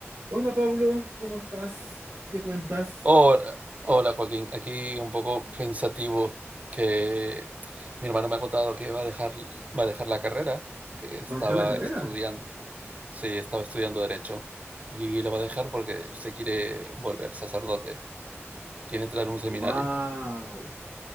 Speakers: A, on the right; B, on the right.
A: Hola Pablo, ¿cómo estás? ¿Qué cuentas?
B: Hola, hola Joaquín, aquí un poco pensativo que mi hermano me ha contado que va a dejar, va a dejar la carrera que estaba
A: ¿Vas a dejar la carrera?
B: estudiando, sí, estaba estudiando Derecho y la va a dejar porque se quiere volver sacerdote, quiere entrar a un seminario.
A: ¡Wow!